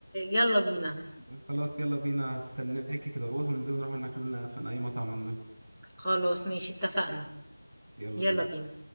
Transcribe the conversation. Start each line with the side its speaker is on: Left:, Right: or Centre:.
Centre: يلا بينا
Right: خلاص يلا بينا هستناكي كده اهوت، وننزلوا نروحوا ناكلوا لنا في اي مطعم منه
Centre: خلاص ماشي اتفقنا
Right: يلا
Centre: يلا
Right: بينا
Centre: بينا